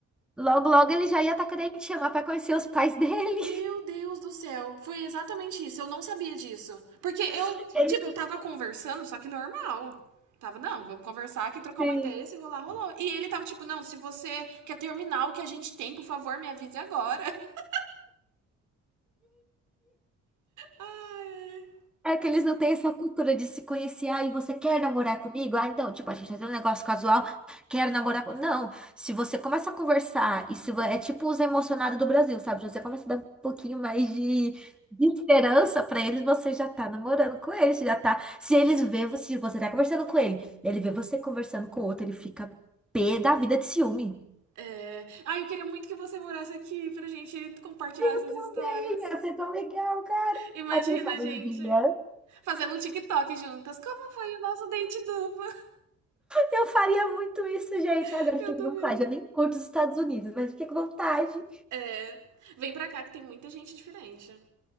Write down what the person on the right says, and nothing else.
Meu Deus do céu, foi exatamente isso, eu não sabia disso. Porque eu,
tipo, eu tava conversando, só que normal. Tava, não, vamos conversar aqui, trocar
uma ideia, se rolar, rolou. E ele tava tipo, não, se você quer terminar o que a gente tem, por favor, me avise agora. <laughs> Ai, ai.
É... Ai, eu queria muito que você morasse aqui pra gente compartilhar
essas
histórias.
Imagina,
gente,
fazendo um TikTok juntas. Como foi o nosso date duplo?
<laughs>
Eu
também.
É, vem pra cá que tem muita gente diferente.